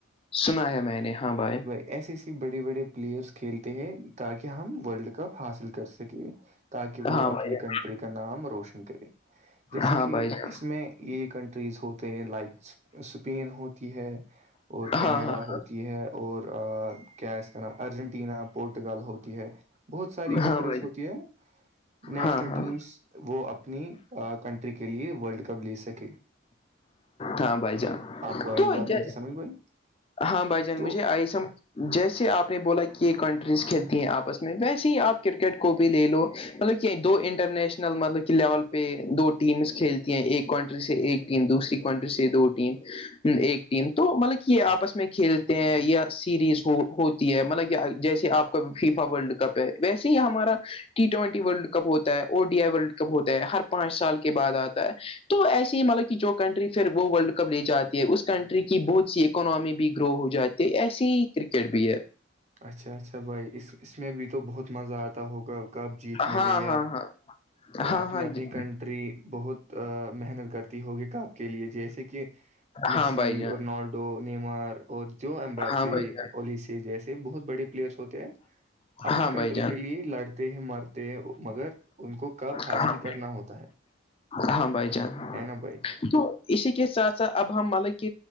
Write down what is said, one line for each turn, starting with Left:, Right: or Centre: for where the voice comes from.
Left: سنا ہے میں نے ہاں بھائی
Right: ایسے ایسے بڑے بڑے پلیئرس کھیلتے ہیں تاکہ ہم ورلڈ کپ حاصل کر سکیں تاکہ وہ
Left: ہاں
Right: اپنی
Left: بھائی جان
Right: کنٹری کا نام روشن کرے جیسے
Left: ہاں
Right: کہ
Left: بھائی جان
Right: اس میں یہ کنٹریز ہوتے ہیں لائک اسپین ہوتی ہے اور
Left: ہاں
Right: کینیڈا
Left: ہاں
Right: ہوتی ہے اور کیا اس کا نام ارجنٹینا پورٹگال ہوتی ہے بہت ساری کنٹریز
Left: ہاں ہاں بھائی
Right: ہوتی ہے نیشنل
Left: ہاں ہاں
Right: ٹیمس وہ اپنی کنٹری کے لیئے ورلڈ کپ لے سکے
Left: ہاں بھائی جان
Right: آپ کو آئی
Left: تو
Right: بات
Left: جے-
Right: نہیں تھی سمجھ بھائی
Left: ہاں بھائی جان
Right: تو
Left: مجھے آئی سمجھ جیسے آپ نے بولا کہ ک س کھیلتی ہیں آپس میں ویسے ہی آپ کرکٹ کو بھی لے لو مطلب کہ دو انٹرنیشنل مطلب کہ لیول پہ دو ٹیمس کھیلتی ہیں ایک کنٹری سے ایک دوسری کنٹری سے دو ٹیم ایک ٹیم تو مطلب یہ آپس میں میں کھیلتے ہیں یا سیریز ہوتی ہے مطلب جیسے آپ کا فیفا ورلڈ کپ ویسے ہی ہمارا ٹی ٹوینٹی ورلڈ کپ ہوتا ہے O D I world cup ہوتا ہے ہر پانچ سال کے بعد آتا ہے تو ایسسی ہی مطلب کہ جو کنٹری پھر وہ ورلڈ کپ لے جاتی اس کنٹری کی بہت سی اکناممی بھی گرو ہو جاتی ہے ایسے ہی کرکٹ بھی ہے
Right: اچھا اچھا بھائی اس اس میں بھی تو بہت مزہ آتا ہوگا کپ جیتنے
Left: ہاں
Right: میں یا
Left: ہاں ہاں ہاں
Right: اپنی
Left: ہاں
Right: اپنی کنٹری بہت محنت کرتی ہوگی کاپ کے لیے جیسے کہ مسی
Left: ہاں بھائی جان
Right: اور نار نیمار اور جو امباپی
Left: ہاں بھائی جان
Right: الیسی جیسے بہت بڑے پلیئرس ہوتے ہیں اپنی
Left: ہاں
Right: کنٹری
Left: بھائی جان
Right: کے لیے لڑتے ہیں مرتے ہیں مگر ان کو کب حاصل
Left: ہاں
Right: کرنا ہوتا ہے
Left: ہاں بھائی جان
Right: ہے نا بھائی
Left: تو اسی کے ساتھ ساتھ اب ہم ملک